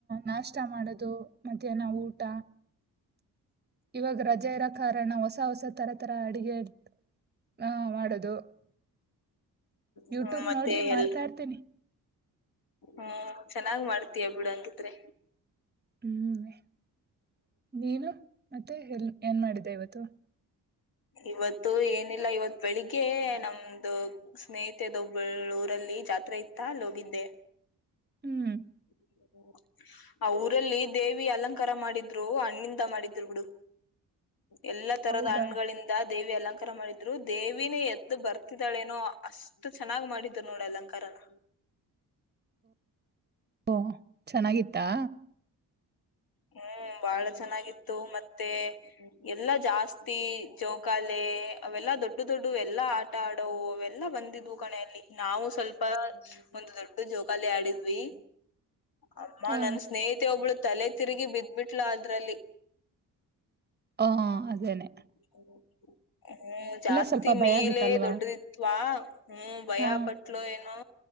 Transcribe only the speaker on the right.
ನಾಷ್ಟ ಮಾಡದು ಮಧ್ಯಾಹ್ನ ಊಟಾ ಇವಾಗ ರಜೆ ಇರ ಕಾರಣ ಹೊಸ ಹೊಸ ತರ ತರ ಅಡುಗೆ ಹ ಮಾಡದು
ಯೂಟ್ಯೂಬ್
ನೋಡಿ ಮಾಡ್ತಾ
ಇರ್ತೇನಿ
ಹ್ಮ್ ನೀನು ಮತ್ತೆ ಎಲ್ ಏನ್ ಮಾಡಿದ್ದೆ ಇವತ್ತು
ಹ್ಮ್
ಹೌದಾ
ಓ ಚೆನ್ನಾಗಿತ್ತಾ
ಆ
ಓ ಅದೇನೇ.
ಸ್ವಲ್ಪ ಭಯ
ಆಗುತ್ತಲ್ವಾ
ಹಾ